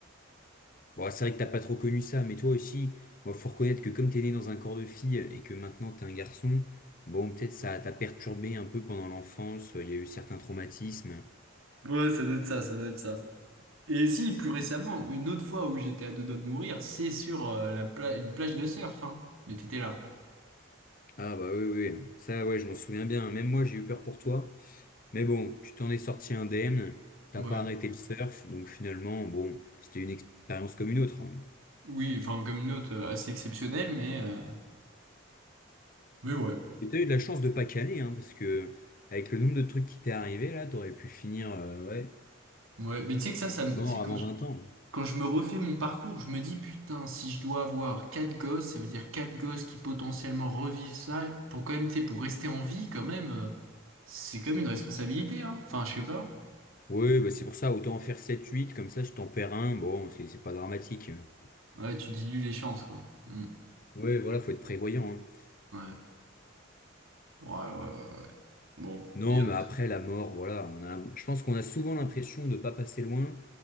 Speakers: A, on the left; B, on the right.
A: Bon c'est vrai que t'as pas trop connu ça, mais toi aussi, moi faut reconnaître que comme t'es né dans un corps de fille et que maintenant t'es un garçon, bon peut-être ça t'a perturbé un peu pendant l'enfance, il y a eu certains traumatismes.
B: Ouais, ça doit être ça, ça doit être ça. Et si, plus récemment, une autre fois où j'étais à deux doigts de mourir, c'est sur euh, la pla- une plage de surf, hein. Mais t'étais là.
A: Ah bah oui, oui, oui. ça ouais, je m'en souviens bien. Même moi, j'ai eu peur pour toi. Mais bon, tu t'en es sorti indemne, t'as
B: Ouais.
A: pas arrêté le surf, donc finalement, bon, c'était une expérience comme une autre. hein.
B: Oui, enfin, comme une autre euh, assez exceptionnelle, mais, euh, mais ouais.
A: Et t'as eu de la chance de pas caler, hein, parce que avec le nombre de trucs qui t'est arrivé, là, t'aurais pu finir euh, ouais,
B: Ouais. Mais tu sais que ça, ça me...
A: mort
B: tu sais, quand
A: avant
B: je...
A: 20 ans.
B: quand je me refais mon parcours, je me dis, putain, si je dois avoir quatre gosses, ça veut dire quatre gosses qui potentiellement revivent ça, pour quand même, tu sais, pour rester en vie, quand même, euh, c'est quand même une responsabilité, hein. Enfin, je sais pas.
A: Oui, bah c'est pour ça, autant en faire sept huit comme ça je t'en perds un, bon, c'est c'est pas dramatique. hein.
B: Ouais, tu dilues les chances, quoi. Mm.
A: Ouais, voilà, faut être prévoyant, hein.
B: Ouais. Ouais, ouais, ouais. ouais. Bon.
A: Non,
B: Et après-
A: mais après la mort, voilà, on a, je pense qu'on a souvent l'impression de ne pas passer loin,